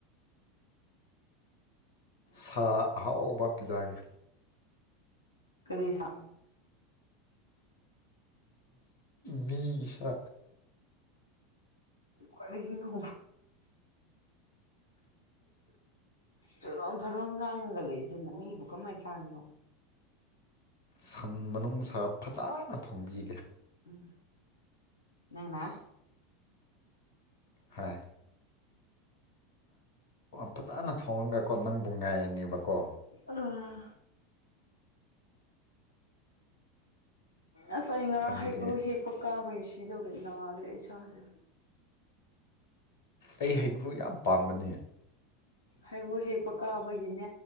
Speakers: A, on the left (about 65°); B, on the left (about 85°).
A: ꯁꯥ ꯑꯍꯥꯎꯕ ꯄꯤꯖꯒꯦ
B: ꯀꯔꯤ ꯁꯥ
A: ꯃꯤꯒꯤ ꯁꯥ
B: ꯀꯔꯤꯅꯣ ꯆꯨꯔꯣꯟ ꯐꯔꯣꯟ ꯉꯥꯡꯒ ꯂꯩꯗꯅ ꯃꯤꯕꯨ ꯀꯃꯥꯏꯅ ꯆꯥꯡꯒꯅꯣ
A: ꯁꯟ ꯃꯅꯨꯡꯁ ꯐꯖꯅ ꯊꯣꯡꯕꯤꯒꯦ
B: ꯎꯝ ꯅꯪꯅ ꯍ
A: ꯍꯥꯏ ꯐꯖꯅ ꯊꯣꯡꯉꯒꯀꯣ ꯅꯪꯕꯨ ꯉꯥꯏꯔꯅꯦꯕꯀꯣ
B: ꯑꯥ ꯑꯁ ꯑꯩ ꯉꯔꯥꯡ
A: ꯑꯗꯨꯗꯤ
B: ꯍꯩꯒ꯭ꯔꯨ ꯍꯦꯛꯄ ꯀꯥꯕꯒꯤ ꯁꯤꯗꯧꯔꯦ ꯅꯥꯔꯦ ꯏꯁꯥꯁꯦ
A: ꯑꯩ ꯍꯩꯒ꯭ꯔꯨ ꯌꯥꯝ ꯄꯥꯝꯕꯅꯦ
B: ꯍꯥꯏꯕꯨ ꯍꯦꯛꯄ ꯀꯥꯕꯒꯤꯅꯦ